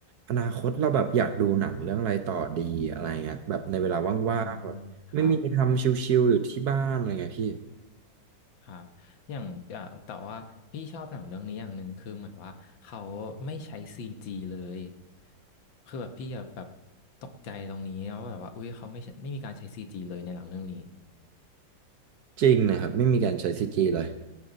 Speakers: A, on the right (about 65°); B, on the left (about 75°).
A: อนาคตเราแบบอยากดูหนังเรื่องอะไรต่อดีอะไรเงี้ยแบบในเวลาว่างๆแบบไม่มีอะไรทำชิลๆอยู่ที่บ้านอะไรเงี้ยพี่
B: อืมครับ ครับอย่างอ่ะแต่ว่าพี่ชอบหนังเรื่องนี้อย่างหนึ่งคือเหมือนว่าเขาไม่ใช้ซีจีเลย คือแบบพี่อะแบบตกใจตรงนี้ว่าแบบว่าอุ๊ยเขาไม่ใช้ไม่มีการใช้ซีจีเลยในหนังเรื่องนี้
A: จริงนะครับไม่มีการใช้ซีจีเลย